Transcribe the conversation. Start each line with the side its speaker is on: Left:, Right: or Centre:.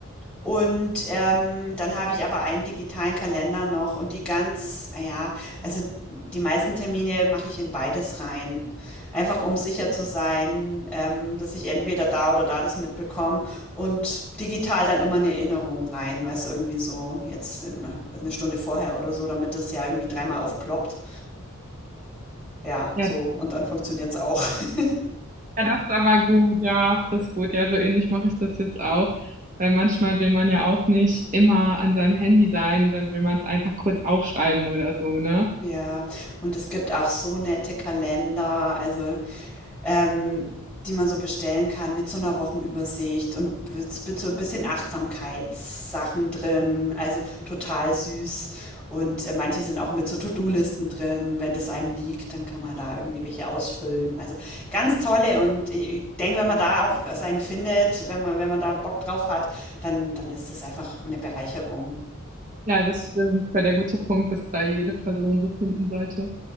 Centre: Und ähm, dann habe ich aber einen digitalen Kalender noch und die ganz, ah ja, also die meisten Termine mache ich in beides rein. Einfach um sicher zu sein, ähm, dass ich entweder da oder da das mitbekomme und digital dann immer eine Erinnerung rein, weißt du, irgendwie so jetzt in, also eine Stunde vorher oder so, damit das ja irgendwie dreimal aufploppt. Ja,
Right: ja,
Centre: so.
Right: ja,
Centre: Und dann funktioniert's auch. <laughs>
Right: das ist aber gut, ja, das ist gut. Ja, so ähnlich mache ich das jetzt auch. Weil manchmal will man ja auch nicht immer an seinem Handy sein und dann will man es einfach kurz aufschreiben oder so, ne?
Centre: Ja. Und es gibt auch so nette Kalender. Also. ähm, die man so bestellen kann mit so einer Wochenübersicht und mit mit so ein bisschen Achtsamkeitssachen drin, also total süß. Und, äh, manche sind auch mit so To-do-Listen drin. Wenn das einem liegt, dann kann man da irgendwie welche ausfüllen. Also, ganz tolle und i ich denke, wenn man da auch seinen findet, wenn man wenn man da Bock drauf hat, dann dann ist das einfach eine Bereicherung.
Right: Ja, das stimmt, weil der gute Punkt ist da jede Person so finden sollte,